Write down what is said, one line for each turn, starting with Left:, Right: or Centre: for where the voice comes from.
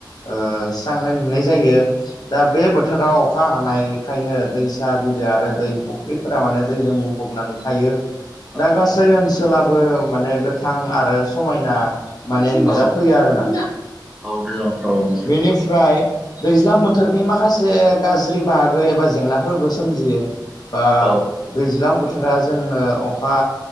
Left: ओ स्रांनाय नुनाय जायो दा बे बोथोराव अखा हानायखायनो दैसा बिलो आरो दै फुख्रिफोरा माने दैजों बुंफबनानै थायो दा
Centre: औ
Left: गासै ओनसोलाबो माने गोथां आरो समायना माने नुजाफैयो
Centre: औ
Left: आरोना
Centre: औ दैज्लां बोथोराव
Left: बेनिफ्राय दैज्लां बोथोरनि माखासे गाज्रि बाहागो एबा जेंनाफोरबो सोमजियो बा
Centre: औ
Left: दैज्लां बोथोरा जोंनो अखा